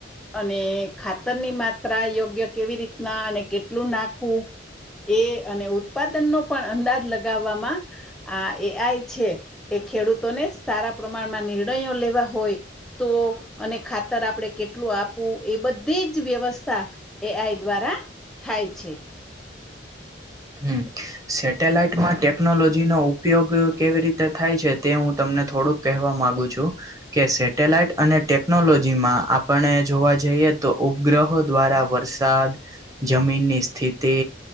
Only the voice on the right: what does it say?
હમ, <inaudible> <inaudible> સેટેલાઈટમાં ટેકનોલોજી નો ઉપયોગ કેવી રીતે થાય છે તે હું તમને થોડુંક કહેવા માંગુ છું. કે સેટેલાઈટ અને ટેકનોલોજી માં આપણે ને જોવા જઈએ તો ઉપગ્રહો દ્વારા વર્ષ વરસાદ જમીનની સ્થિતિ